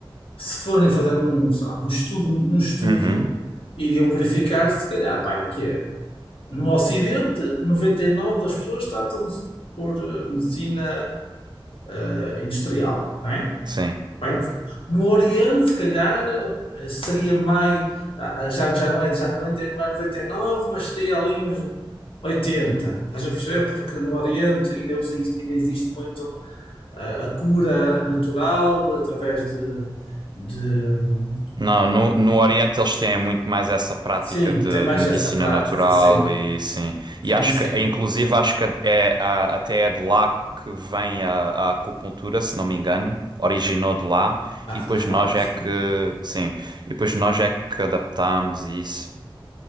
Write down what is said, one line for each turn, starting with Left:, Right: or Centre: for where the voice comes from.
Left: se forem fazer um, sei lá, um estudo, um estudo,
Right: Uhum,
Left: iriam verificar se calhar, pá, é que é. No Ocidente, 99 das pessoas tratam-se por eh, medicina eh, industrial, não é?
Right: sim.
Left: Vai No no Oriente, se calhar, eh, seria mais, ah, ah, já, já não é, já 90, não é 99, mas seria ali uns oitenta Estás a perceber? Porque no Oriente ainda existe, ainda existe muito ah, a cura natural através de, de, hum,
Right: Não,
Left: eh,
Right: no, no Oriente eles têm muito mais essa prática
Left: sim,
Right: de,
Left: tem mais
Right: de medicina
Left: essa prática,
Right: natural
Left: sim,
Right: e sim. E
Left: sim,
Right: acho
Left: sim.
Right: que, inclusive, acho que é, a- até é de lá que vem a, a acupuntura, se não me engano, originou de lá
Left: Ah,
Right: e depois
Left: claro
Right: nós
Left: que
Right: é
Left: sim.
Right: que, sim, e depois nós é que adaptámos e isso.